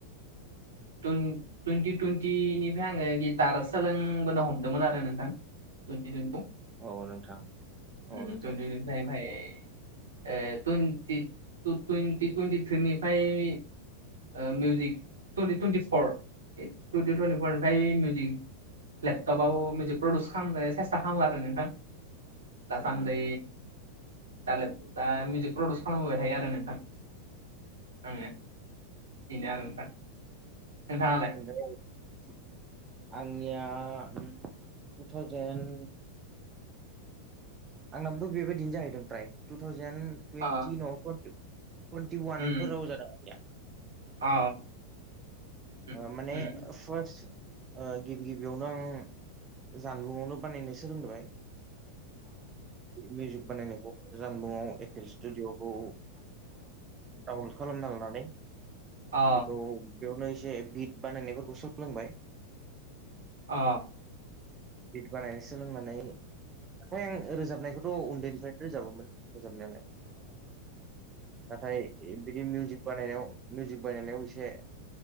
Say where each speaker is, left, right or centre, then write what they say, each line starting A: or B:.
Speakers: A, on the right; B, on the right.
A: टुन-टुइन्टि टुइन्टिनिफ्राय आङो गिटार सोलोंबोनो हमदोंमोन आरो नोंथां। टुइन्टि टुइन्टि
B: औ नोंथां
A: ओम
B: औ नोंथां
A: टुइन्टि निफ्राय ओमफ्राय ओ टुन्टि थु टुइन्टिथ्रिनिफ्राय ओ मिउजिक टुन्टि टुइन्टिपर टुइन्टिपर निफ्राय मिउजिक लेपटपबाबो मिउजिक प्रडिउस खालामनाय सेस्था खालामो आरो नोंथां। दासान्दै
B: औ नोंथां
A: दाले दा मिउजिक प्रडिउस खालामबोबाय थायो आरो नोंथां आङो बेनो आरो नोंथां नोंथाङालाय?
B: ओमफ्राय आंनिया ओम टु थावजेेन आंनाबो बेबायदिनो जाहैदों फ्राय टु थावजेेन टुवन्टि
A: अ
B: नङाबा पर टुवेन्टि वानफोराव
A: उम
B: जादों आंनिया।
A: अ उम
B: आ माने
A: उम
B: फार्स्ट ओ गिबि गिबियावनो आं जानबुंआवनो बानायनो सोलोंदोंबाय। मिउजिक बानायनायखौ जानबुंयाव एपल स्टुडिय'खौ डाउनलड खालामना लानानै
A: अ
B: बेखौ बेयावनो एसे बिद बानायनायफोरखौ सोलोंबाय।
A: अ
B: बिट बानायनोसोलोंनानै मेथाय आं रोजाबनायखौथ' उन्दैनिफ्रायनो रोजाबोमोन। रोजाबनायालाय नाथाय बिदि मिउजिक बानायनायाव मिउजिक बानायनायाव एसे